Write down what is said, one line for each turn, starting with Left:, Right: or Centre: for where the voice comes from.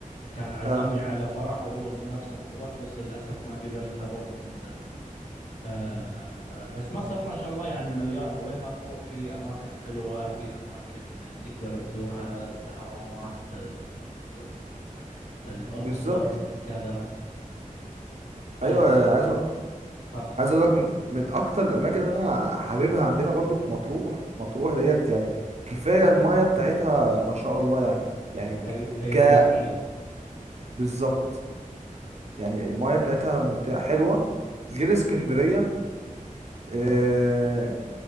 Left: كان عزمني
Right: اه
Left: على فرح وهو من مرسى مطروح بس للأسف ما قدرت أروح عنده آه، بس مصر ما شاء الله يعني مليانة وين ما تروح في أماكن حلوة في أماكن تقدر تزورها الأهرامات ال- الأقصر
Right: بالظبط
Left: كذا طيب
Right: ايوه
Left: آه،
Right: عايز أ-
Left: تفضل
Right: عايز اقول لك من من اكتر الاماكن اللي انا حاببها عندنا برضو في مطروح مطروح ديت يعني كفايه المايه بتاعتها ما شاء الله يعني يعني ك
Left: في- فيروزية
Right: ك- بالظبط يعني المايه بتاعتها ممتعه حلوه غير اسكندريه آه